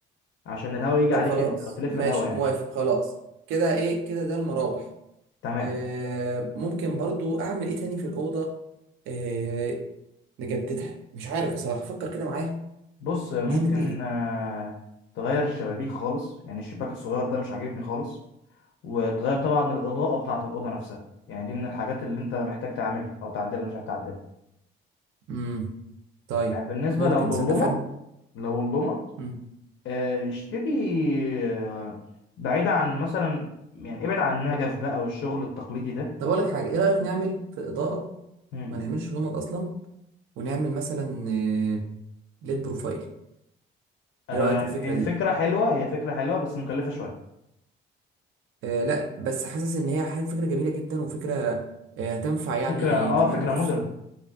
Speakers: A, on the left (about 75°); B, on the right (about 80°).
A: عشان الهواء يجي
B: طب
A: عليك
B: خلاص
A: انت او تلف
B: ماشي
A: الهواء يعني
B: موافق خلاص كده ايه كده ده المراوح
A: تمام
B: آه ممكن برضو اعمل ايه تاني في الاوضه آه نجددها مش عارف بصراحه فكر كده معايا
A: بص ممكن
B: نعمل ايه
A: آه، تغير الشبابيك خالص يعني الشباك الصغير ده مش عاجبني خالص وتغير طبعا الإضاءة بتاعة الأوضة نفسها يعني دي من الحاجات اللي أنت محتاج تعملها أو تعدلها مش هتعدلها
B: مم. طيب
A: يعني بالنسبة
B: ممكن
A: لو لللمض
B: تصدق فعلا
A: لو اللمض
B: مم.
A: آه، اشتري آه، بعيد عن مثلا يعني ابعد عن النجف بقى والشغل التقليدي ده
B: طب اقول لك حاجه ايه رايك نعمل في الاضاءه
A: مم.
B: ما نعملش لمبة اصلا ونعمل مثلا آه، ليد بروفايل
A: آه،
B: ايه رايك في الفكره
A: هي
B: دي
A: فكرة حلوة هي فكرة حلوة بس مكلفة شوية
B: آه لا بس حاسس ان هي حاجة- فكره جميله جدا وفكره آه هتنفع يعني
A: فكرة اه
B: كمان
A: فكرة
B: خصوصا
A: مودرن